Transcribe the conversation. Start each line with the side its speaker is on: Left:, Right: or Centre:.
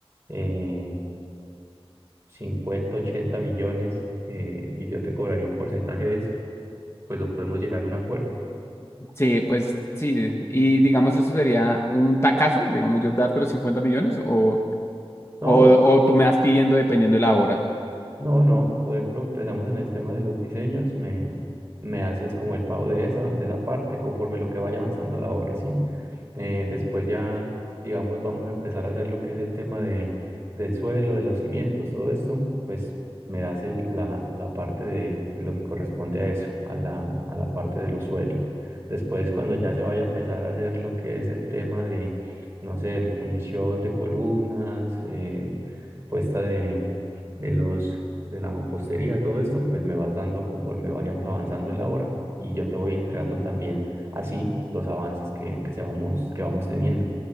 Right: eh, 50, 80 millones eh, y yo te cobraría un porcentaje de eso, pues lo podemos llegar a un acuerdo.
Left: Sí, pues sí, y digamos eso sería un tacazo, digamos yo darte los 50 millones o,
Right: No,
Left: o, o tú me vas pidiendo dependiendo de la obra.
Right: No, no, por ejemplo, empezamos en el tema de los diseños, me, me haces como el pago de esa, de esa parte conforme lo que vaya avanzando la obra, ¿sí? Eh, después ya, digamos, vamos a empezar a hacer lo que es el tema de, del suelo, de los cimientos, todo esto, pues me das el- la, la parte de, de lo que corresponde a eso, a la, a la parte de los suelos. Después, cuando ya se vaya a empezar a hacer lo que es el tema de, no sé, el fundición de columnas, eh, puesta de de los de la mampostería, todo esto, pues me vas dando conforme vayamos avanzando en la obra y yo te voy entregando también así los avances que, que, se vamos, que vamos teniendo.